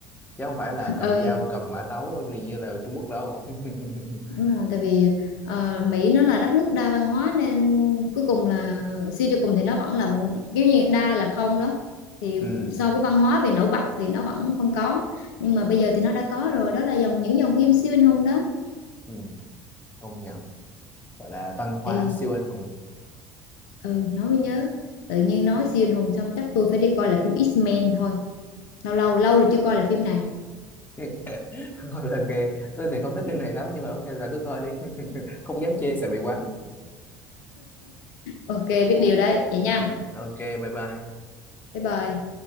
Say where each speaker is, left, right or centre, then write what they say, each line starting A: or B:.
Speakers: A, on the left; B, on the left.
A: chứ không phải là cầm
B: ừ
A: dao cầm mã tấu rồi như là Trung Quốc đâu <laughs>
B: đúng rồi tại vì ờ, Mỹ nó là đất nước đa văn hóa nên cuối cùng là suy cho cùng thì nó vẫn là một kiểu như đa là không đó thì
A: ừ,
B: so với văn hóa về nổi bật thì nó vẫn không có nhưng mà bây giờ thì nó đã có rồi đó là dòng những dòng phim siêu anh hùng đó
A: ừ, công nhận gọi là văn hóa
B: ừ
A: siêu anh hùng
B: ừ nói mới nhớ tự nhiên nói siêu anh hùng xong chắc tôi phải đi coi lại phim X-Men thôi lâu lâu lâu rồi chưa coi lại phim này
A: <laughs> ok tôi thì không thích phim này lắm nhưng mà ok là cứ coi đi <laughs> không dám chê sợ bị quánh
B: ok biết điều đấy vậy nha
A: Ừ, ok bye bye
B: bye bye